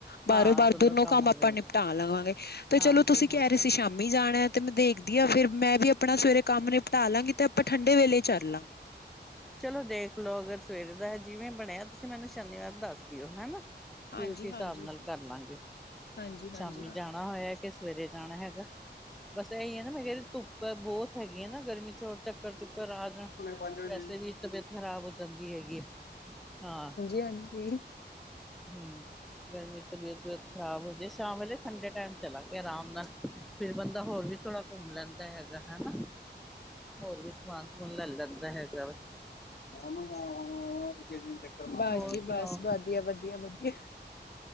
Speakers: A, on the left; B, in the centre.
A: ਬਾਹਰੋਂ
B: ਹਾਂ
A: ਬਾਰ
B: ਦੋਨੋਂ
A: ਦੋਨੋ ਕੰਮ
B: ਹੋ
A: ਆਪਾਂ
B: ਜਾਣਗੇ
A: ਨਿਪਟਾ ਲਵਾਂਗੇ ਤੇ
B: ਹਾਂਜੀ
A: ਚਲੋ ਤੁਸੀਂ
B: ਹਾਂਜੀ
A: ਕਹਿ ਰਹੇ ਸੀ ਸ਼ਾਮੀ ਜਾਣਾ ਐ। ਤੇ ਮੈਂ ਦੇਖਦੀ ਹਾਂ ਫਿਰ ਮੈਂ ਵੀ ਆਪਣਾ ਸਵੇਰੇ ਕੰਮ ਨਿਪਟਾ ਲਾਂਗੀ ਤੇ ਆਪਾਂ ਠੰਡੇ ਵੇਲੇ ਚੱਲਾਗੇ।
B: ਚਲੋ ਦੇਖ ਲਓ ਅਗਰ ਸਵੇਰੇ ਦਾ ਜਿਵੇਂ ਬਣਿਆ ਤੁਸੀਂ ਮੈਨੂੰ ਸ਼ਨੀਵਾਰ ਦੱਸ ਦਿਓ ਹਨਾ।
A: ਹਾਂਜੀ
B: ਫਿਰ ਉਸੇ ਹਿਸਾਬ
A: ਹਾਂਜੀ
B: ਨਾਲ ਕਰ ਲਾਂਗੇ
A: ਹਾਂਜੀ ਹਾਂਜੀ
B: ਸ਼ਾਮੀ ਜਾਣਾ ਹੋਇਆ ਕਿ ਸਵੇਰੇ ਜਾਣਾ ਹੈਗਾ ਬਸ ਇਹੀ ਹੈ ਨਾ ਮੈਂ ਕਿਹਾ ਧੁੱਪ ਬੋਤ ਹੈਗੀਆਂ ਨਾ ਗਰਮੀ ਚ ਹੋਰ ਚੱਕਰ-ਚੁੱਕਰ ਆ ਜਾਣ
A: ਪੰਜ ਵਜੇ ਈ
B: ਇਹਦੀ ਤਬੀਅਤ ਖਰਾਬ ਹੋ ਜਾਂਦੀ ਹੈਗੀ ਐ। ਹਾਂ
A: ਹਾਂਜੀ ਹਾਂਜੀ
B: ਹੂੰ ਗਰਮੀ ਚ ਤਬੀਅਤ ਖਰਾਬ ਹੋਜੇ ਸ਼ਾਮ ਵੇਲੇ ਠੰਡੇ ਟੈਮ ਚਲਾਗੇ ਆਰਾਮ ਨਾਲ ਫਿਰ ਬੰਦਾ ਹੋਰ ਵੀ ਥੋੜਾ। ਘੁੰਮ ਲੈਂਦਾ ਹੈਗਾ ਹਨਾ ਹੋਰ ਵੀ ਸਮਾਨ-ਸਮੂਨ ਲੈ ਲੈਂਦਾ ਹੈਗਾ ਵੈ।
A: <unintelligible> ਬਸ
B: ਹੋਰ
A: ਜੀ
B: ਸੁਣਾਓ।
A: ਬਸ ਵਧੀਆ-ਵਧੀਆ-ਵਧੀਆ।